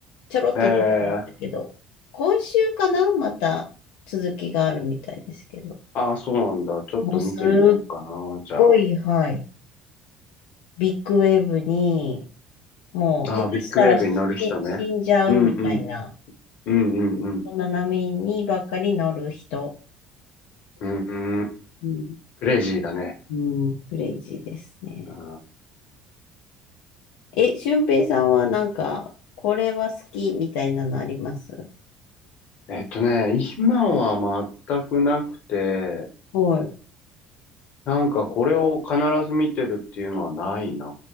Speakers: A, on the left; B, on the left.
A: ちょろっと出てましたけど。
B: えー、
A: 今週かなまた続きがあるみたいですけど。
B: あ、そうなんだ。ちょっと見てみようかな、
A: もうすっ
B: じゃ
A: ごい、はい。ビッグウェーブに、もう下手したら死死んじゃうみたいな。
B: あ。あ、ビッグウェーブに乗る人ね。うんうん、うんうんうん。
A: こんな波にばっかり乗る人。
B: うんうん、
A: うん。
B: クレイジーだね。
A: うん、クレイジーですね。
B: うん、
A: え、俊平さんはなんか、これは好きみたいなのあります
B: えっとね、今は全くなくて、
A: はい。
B: なんかこれを必ず見てるっていうのはないな